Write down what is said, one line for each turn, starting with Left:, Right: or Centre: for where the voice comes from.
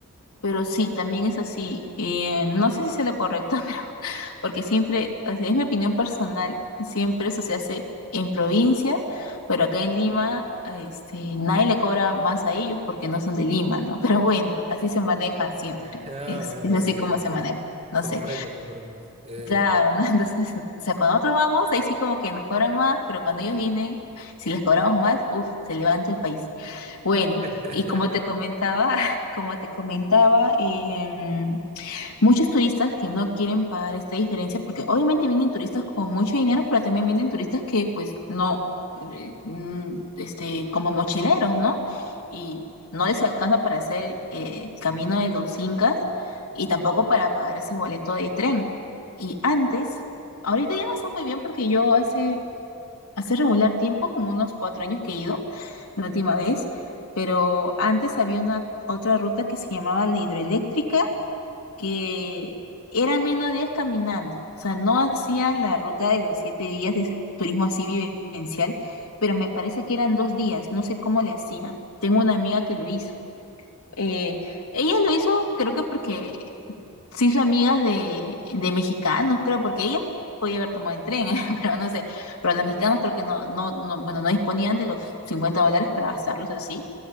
Left: Pero sí, también es así. Eh, no sé si sea lo correcto, <laughs> pero porque siempre, o sea, es mi opinión personal, siempre eso se hace en provincia, pero acá en Lima, este, nadie le cobra más a ellos porque no son de Lima, ¿no? <laughs> Pero bueno, así se maneja siempre.
Right: Ah,
Left: Es,
Right: bueno,
Left: es así
Right: sí,
Left: como
Right: comprendo.
Left: se maneja. No
Right: Comprendo,
Left: sé.
Right: comprendo. Eh,
Left: Claro, ¿no? <laughs> Entonces, o sea, cuando nosotros vamos, ahí sí como que nos cobran más, pero cuando ellos vienen, si les cobramos más, uff, se levanta el país. Bueno,
Right: <laughs>
Left: y como te comentaba, <laughs> como te comentaba, em, muchos turistas que no quieren pagar esta diferencia, porque obviamente vienen turistas con mucho dinero, pero también vienen turistas que pues no, eh, mm, este, como mochileros, ¿no? Y no les alcanza para hacer eh, el camino de los incas y tampoco para pagar ese boleto de tren. Y antes, ahorita ya no sé muy bien porque yo hace, hace regular tiempo, como unos cuatro años que he ido, la última vez, pero antes había una otra ruta que se llamaba la hidroeléctrica que eran menos días caminando, o sea, no hacían la ruta de los siete días de ese turismo así vivencial, pero me parece que eran dos días, no sé cómo le hacían. Tengo una amiga que lo hizo. Eh, ella lo hizo, creo que porque se hizo amigas de, de mexicanos, creo, porque ella podía haber tomado el tren, <laughs> pero no sé, pero los mexicanos creo que no, no, no, bueno, no disponían de los 50 dólares para gastarlos así